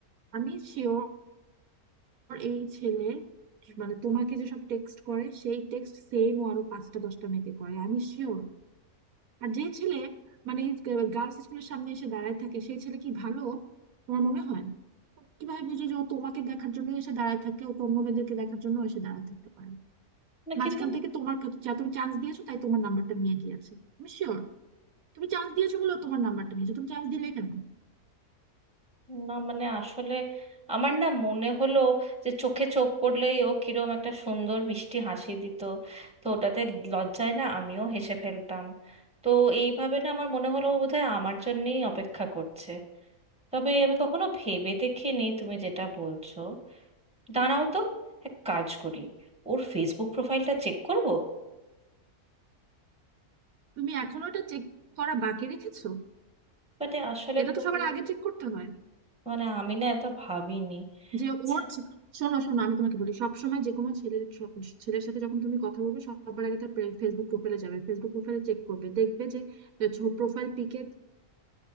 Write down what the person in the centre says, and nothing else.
না
কিন্তু
না মানে আসলে আমার না মনে হলো যে চোখে চোখ পড়লেই ও কিরম একটা সুন্দর মিষ্টি হাসি দিত তো ওটাতে লজ্জায় না আমিও হেসে ফেলতাম তো এইভাবে না আমার মনে হলো ও বোধহয় আমার জন্যেই অপেক্ষা করছে তবে আমি কখনো ভেবে দেখিনি তুমি যেটা বলছো দাঁড়াও তো এক কাজ করি ওর ফেসবুক প্রোফাইলটা চেক করব
মানে আসলে
তুমি
মানে আমি না এত ভাবিনি
আচ্ছা